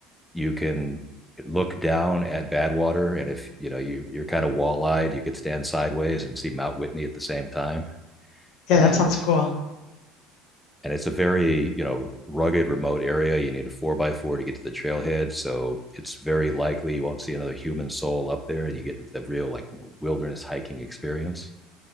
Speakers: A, in the centre; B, on the left (about 65°).
A: you can look down at Badwater, and if you know you you're kind of wall-eyed, you could stand sideways and see Mount Whitney at the same time.
B: Yeah,
A: And
B: that sounds cool.
A: and it's a very you know rugged, remote area. You need a four by four to get to the trailhead, so it's very likely you won't see another human soul up there, and you get the real like you know, wilderness hiking experience.